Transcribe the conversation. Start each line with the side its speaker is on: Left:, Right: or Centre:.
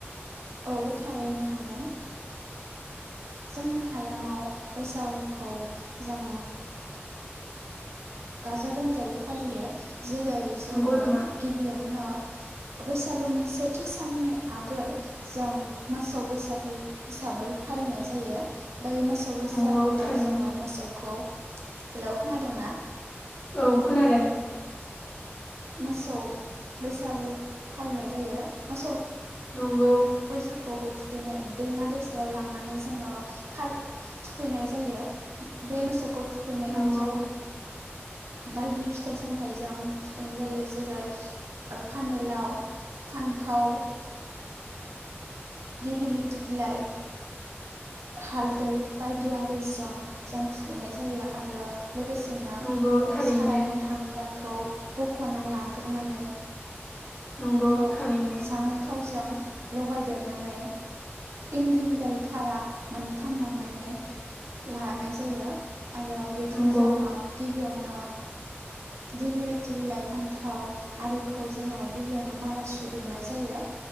Right: बो थारैनो हागोन जोंनि हालामाव बैसागुखौ जों गाजा गोमजायै फालियो। जेरै
Left: नंगौ
Right: जोङो
Left: नामा?
Right: गिबियावनो। बैसागुनि सेथि साननि आगोल जों मोसौ बैसागु हिसाबै फालिनाय जायो। बै मोसौ बैसागुआव
Left: नंगौ थारैनो
Right: जोङो मोसौखौ। हेलौ खोनादों ना।
Left: औ खोनादों।
Right: मोसौ बैसागु फालिनाय जायो मोसौ।
Left: नंगौ
Right: बैसाखौ। दैमा दैसायाव लांनानै जोङो थुखैनाय जायो बे मोसौखौ थुखैनायाव
Left: नंगौ
Right: जों बायदि फिथाइ सामथाइजों थुखैनाय जायो जेरै फानेलाव फान्थाव दिबिलि तफलाइ हालदै बायदि आरिजों जों थुखैनाय जायो आरो। लोगोसेनो
Left: नंगौ थारैनो
Right: सारायनि हांगार खौ हख'ना लाग्रोनानै
Left: नंगौ
Right: बेखौ
Left: थारैनो
Right: जानाय थावजों लगायदेरनानै इन्दि बिलाइ थारा मोनथाम लानानै लानाय जायो। आरो बेखौ
Left: नंगौ
Right: जोङो गिबियावनो गथि बिलाइ फान्थाव आरिखौ जोङो गिबियावनो माला सुग्रोनाय जायो